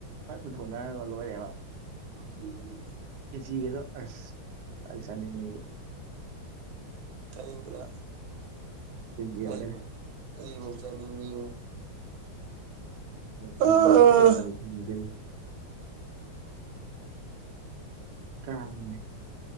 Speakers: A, on the right; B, on the right.
A: ꯍꯥꯏ ꯄꯨꯊꯣꯛꯅꯔꯒ ꯂꯣꯏꯔꯦꯕ
B: <unintelligible>
A: ꯈꯦꯆꯤꯒꯗꯣ ꯑꯁ ꯆꯥꯗꯤ ꯆꯥꯅꯤꯡꯉꯦ ꯑꯩꯖꯨ
B: ꯆꯥꯅꯤꯡꯕ꯭ꯔꯥ
A: ꯇꯤꯟꯒꯤ ꯑꯣꯜꯂꯦꯗ
B: ꯑꯩꯕꯨ ꯑꯩꯕꯧ ꯆꯥꯅꯤꯡꯉꯤꯌꯨ
A: <unintelligible>
B: ꯑꯥ
A: ꯀꯥꯡ